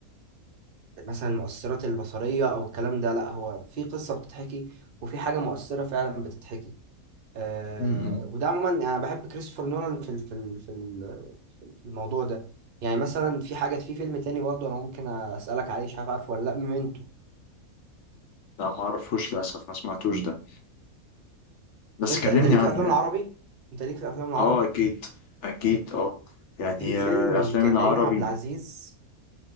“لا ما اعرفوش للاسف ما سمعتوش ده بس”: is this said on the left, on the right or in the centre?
Left